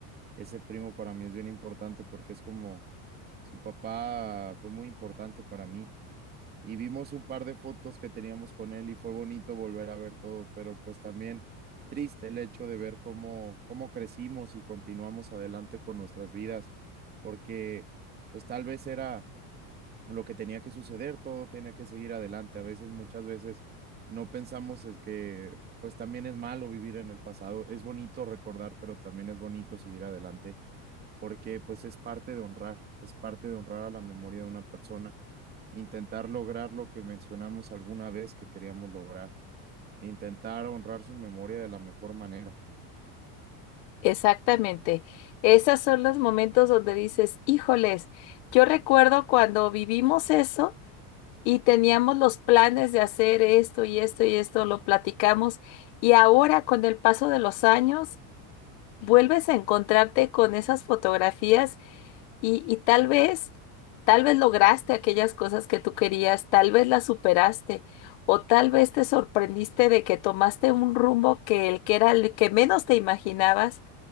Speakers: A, on the right; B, on the left.
A: ese primo para mí es bien importante porque es como Su papá fue muy importante para mí y vimos un par de fotos que teníamos con él y fue bonito volver a ver todo, pero pues también triste el hecho de ver cómo, cómo crecimos y continuamos adelante con nuestras vidas, porque pues tal vez era lo que tenía que suceder, todo tenía que seguir adelante. A veces, muchas veces no pensamos es que pues también es malo vivir en el pasado, es bonito recordar, pero también es bonito seguir adelante porque pues es parte de honrar, es parte de honrar a la memoria de una persona, intentar lograr lo que mencionamos alguna vez que queríamos lograr, intentar honrar su memoria de la mejor manera.
B: Exactamente. Esos son los momentos donde dices, híjoles, yo recuerdo cuando vivimos eso y teníamos los planes de hacer esto y esto y esto, lo platicamos, y ahora con el paso de los años, vuelves a encontrarte con esas fotografías. Y, y tal vez, tal vez lograste aquellas cosas que tú querías, tal vez las superaste, o tal vez te sorprendiste de que tomaste un rumbo que el que era el que menos te imaginabas